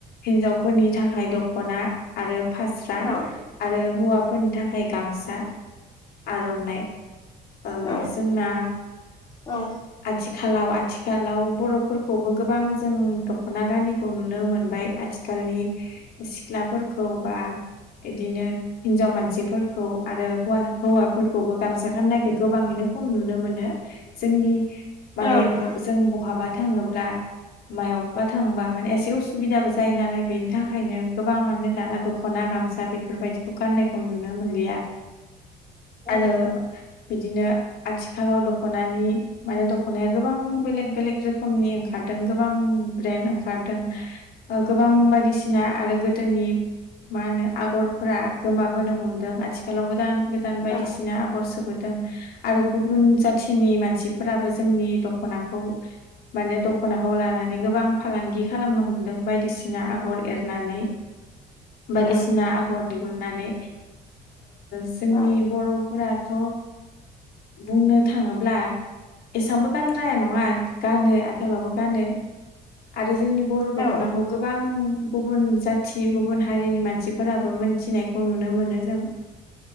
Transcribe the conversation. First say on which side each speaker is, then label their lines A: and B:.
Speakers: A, on the left; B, on the left.
A: हिनजावफोरनि थाखाय दख'ना आरो फास्रा
B: औ
A: आरो हौवाफोरनि थाखाय गामसा आर'नाइ जोंना
B: औ औ
A: आथिखालाव आथिखालाव बर'फोरखौबो गोबां जों दख'ना गानिखौ नुनो मोनबाय गलनि सिख्लाफोरखौ बा बिदिनो हिनजाव मानसिफोरखौ आरो हौव हौवाफोरखौबो गामसा गाननायखौ गोबाङैनो खम नुनो मोनो जोंनि माने
B: औ नंगौ
A: जों बहाबा थाङोब्ला मायावबबा थांबा माने एसे उसुबिदाबो जायो नालाय बेनि थाखायनो गोबाङानो दाना दख'ना गामसा बे बेफोरबायदिखौ गाननायखौ नुनो मोनलिया आरो
B: औ नंगौ
A: बिदिनो आथिखालाव दख'नानि माने दख'नाया गोबां बेलेग बेलेग रोखोमनि ओंखारदों गोबां ब्रेन्ड ओंखारदों गोबां बायदिसिना आरो गोदोनि मा होनो आगरफोरा गोमाबोनो हमदों आथिखाल आथिखालाव गोदान गोदान बायदिसिना
B: औ
A: आगर सोबोदों आरो गुबुन जा मसिनि मानसिफोराबो जोंनि दख'नाखौ माने दखनाखौ लानानै गोबां फालांगि खालामनो हमदों बायदिसिना आगर एरनानै बायदिसिना
B: औ नंगौ
A: आगर दिहुननानै जोंनि
B: औ
A: बर'फोराथ' बुंनो थाङोब्ला एसेबांबो गानद्राया नङा गानो आथिालावबो गानो आरो जोंनि बर'
B: औ
A: दख'नाखौ
B: औ
A: गोबां गुबुन जाथि गुबुन हारिनि मानसिफोराबो मोनथिनायखौ नुनो मोनो जों